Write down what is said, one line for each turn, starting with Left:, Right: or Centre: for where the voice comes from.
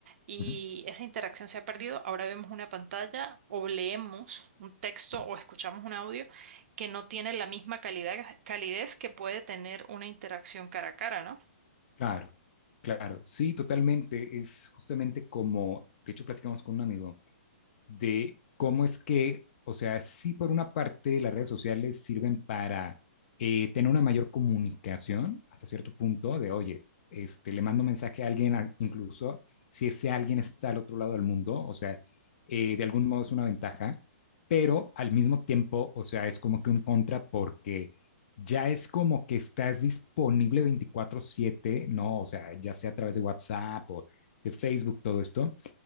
Right: y
Left: ujú,
Right: esa interacción se ha perdido. Ahora vemos una pantalla o leemos un texto
Left: ujú,
Right: o escuchamos un audio que no tiene la misma calidad, calidez que puede tener una interacción cara a cara, ¿no?
Left: claro, claro, sí, totalmente. Es justamente como, de hecho, platicamos con un amigo de cómo es que, o sea, sí por una parte las redes sociales sirven para eh, tener una mayor comunicación hasta cierto punto de, oye, este, le mando un mensaje a alguien, a- incluso si ese alguien está al otro lado del mundo, o sea, eh, de algún modo es una ventaja, pero al mismo tiempo, o sea, es como que un contra porque ya es como que estás disponible veinticuatro siete ¿no? O sea, ya sea a través de WhatsApp o de Facebook, todo esto.